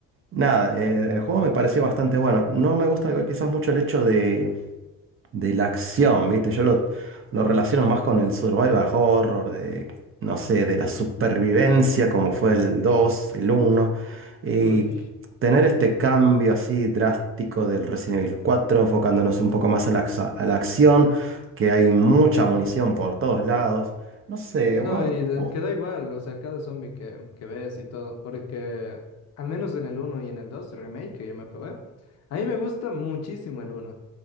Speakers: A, on the right; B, on the left.
A: nada, el, el juego me pareció bastante bueno. No me gusta igual quizás mucho el hecho de de la acción, ¿viste? Yo lo, lo relaciono más con el survival horror, de, no sé, de la supervivencia, como fue el dos el uno Y
B: Uy.
A: tener este cambio así drástico del Resident Evil cuatro enfocándonos un poco más a la, acsa- a la acción, que hay mucha munición por todos lados. No sé,
B: No,
A: vos...
B: y de-
A: a vos-
B: queda igual, o sea, cada zombie que, que ves y todo, porque al menos en el uno y en el 2 remake que yo me probé, a mí me gusta muchísimo el uno